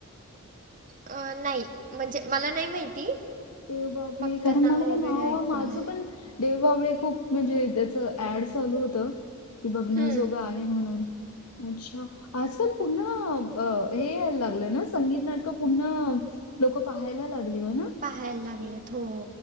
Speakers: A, on the right; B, on the left.
A: अ नाही. म्हणजे मला नाही माहिती.
B: देव बाबळी
A: फक्त
B: कारण मला हे
A: वगैरे
B: नाव
A: ऐकून
B: माझं
A: आहे.
B: पण देव बावळी खूप म्हणजे त्याच ऍड चालू होत की बघण्याजोगं
A: हम्म.
B: आहे म्हणून. अच्छा. आजकाल पुन्हा हे यायला लागलं ना संगीत नाटक. पुन्हा लोक पाहायला लागली हो ना.
A: पाहाय लागलेत हो.